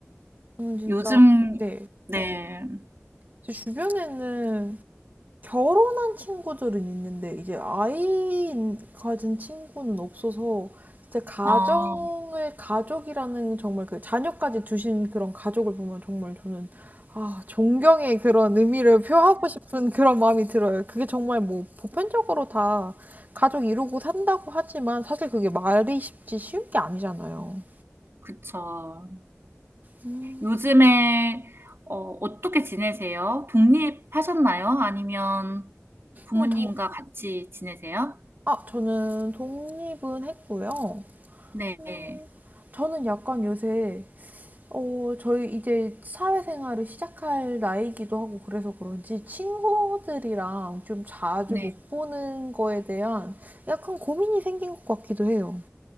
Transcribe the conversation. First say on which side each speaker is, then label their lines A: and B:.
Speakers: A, on the right (about 40°); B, on the right (about 60°).
A: 저는 진짜,
B: 요즘,
A: 네.
B: 네,
A: 제 주변에는 결혼한 친구들은 있는데 이제 아이 가진 친구는 없어서 진짜 가정을
B: 아,
A: 가족이라는 정말 그 자녀까지 두신 그런 가족을 보면 정말 저는 아, 존경의 그런 의미를 표하고 싶은 그런 마음이 들어요. 그게 정말 뭐 보편적으로 다 가족 이루고 산다고 하지만 사실 그게 말이 쉽지 쉬운 게 아니잖아요.
B: 그쵸.
A: 음,
B: 요즘에, 어, 어떻게 지내세요? 독립하셨나요? 아니면 부모님과
A: 음, 저,
B: 같이 지내세요?
A: 아, 저는 독립은 했고요.
B: 네,
A: 음, 저는 약간 요새 어, 저희 이제 사회생활을 시작할 나이기도 하고 그래서 그런지 친구들이랑 좀 자주
B: 네.
A: 못 보는 거에 대한 약간 고민이 생긴 것 같기도 해요.